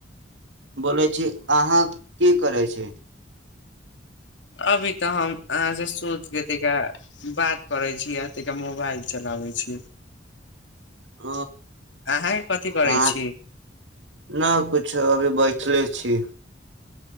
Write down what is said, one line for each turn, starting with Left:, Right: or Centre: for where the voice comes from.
Right: बोलै छी अहाँ की करै छै।
Left: अभी तऽ हम अहाँसँ सोचि कऽ तिक बात करै छी आतहिके मोबाइल चलाबै छी।
Right: ह।
Left: अहाँ कथी करै
Right: कह
Left: छी
Right: न कछो अभी बैठले। छी।